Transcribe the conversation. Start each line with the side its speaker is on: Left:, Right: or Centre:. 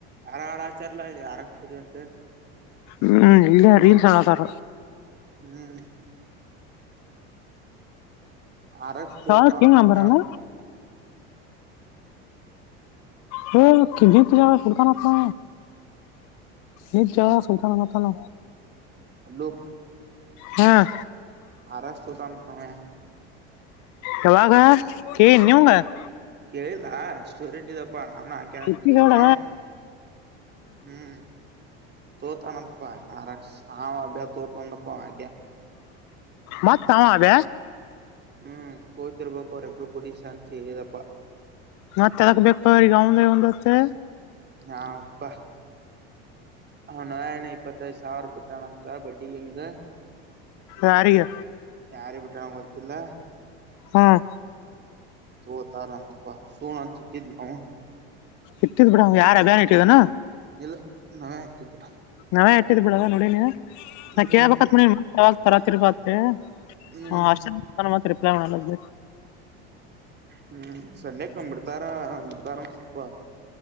Right: ಯಾರ ಹಡಾಚಾರಲದೆ ಆರ ಸೂರ್ಯಂತೆ
Left: ಹ್ಮ್ ಇಲ್ಲ ರೀಲ್ಸ್ ಅಲ್ಲತಾರ
Right: ಹ್ಮ್ ಆರ ತುತ
Left: ಯಾವ ಕಿಂಗ್
Right: ನವ
Left: ನಂಬರಲ್ಲ ಹ
Right: ಅಲ್ಲಿ
Left: ಕಿದ್ದಿ ಪೂಜೆ ಸರ್ತಾನ ಹ ಎ ಜ ಸೌತ ನ ನತಲ್ಲ
Right: ಅಲೋ
Left: ಹ್ಮ್
Right: ಆರಷ್ಟತದ ನಮೇ
Left: ಕೆಲಾಗ <unintelligible>
Right: ಕೇಳಿದಾ ಸ್ಟೋರಿ ಇಟ್ಟಿದಪ್ಪ ನಾನು ಹಾಕ
Left: ಇಟ್ಟಿಗೌಡ
Right: ಕೇಳನೆ ಹ್ಮ್ ತತ ಅನಂತಪಾಯ ಮಹಾರಗ ಸಾಮ ತೋತ ನ ಒನ್ನ ಪಾವಕ್ಕೆ
Left: ಮತ್ತಮ್ಮ ಅದ
Right: ಹ್ಮ್ ಪತರ್ಬಕ್ ಅವರ್ ಎಬ್ ಕುಡ ಶಾಂತಿ ಹೇಳದಪ್ಪಾ
Left: ಮತ್ತೆ ಎದಕ್ ಬೇಕಪ ಈಗ ಅವಂದ ಒಂದತ್ತೆ
Right: ಹಾ ಉಪ್ಪಾ ಹ ನ ನ ಇಪ್ಪತ್ತೈದು ಸಾವಿರ ಬಿಟ್ಟಣಂತ ಬಡ್ಡಿ ಹೆಂಗ
Left: ಯಾರಿಗೆ
Right: ಯಾರ ಬಿಟಂಗಗೆ ಗೊತ್ತಿಲ್ಲ
Left: ಹ್ಮ್
Right: ತ ತಾರಂತಪ್ಪಾ ಸು ನ ಚಿಟ್ಟಿದಲವು
Left: ಇಟ್ಟಿದ್ ಬಿಡ ಯಾರು ಅಭಿಯಾನ ಇಟ್ಟಿದಾನ
Right: ಇಲ್ಲ ನವೇ ಆಗ್ತಿದ್ದ
Left: ನಾವೇ ಇಟ್ಟಿದ್ ಬಿಡದ ನೋಡಿನಿ ನಾ
Right: ಹ್ಮ್
Left: ಕೇಕತ್ ನೋಾಗ ತರಾತಿರ್ ಬತ್ತತಿ
Right: ಹ್ಮ್
Left: ಹ ಅಷ್ಟಾನ ಮ ರರಿಪ್ಲಯ ಮಾಡಣ ಲ
Right: ಹ್ಮ್ ಸನ್ನೆ ಕ್ಬಿಡ್ತಾರ ಬಿಡ್ತಾರ ಸ್ಲ್ಪ